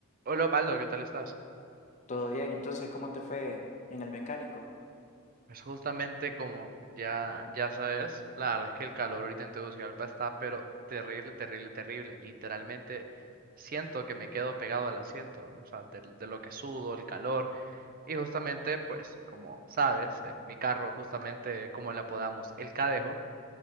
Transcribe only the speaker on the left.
Todo bien, entonces, ¿cómo te fue en el mecánico?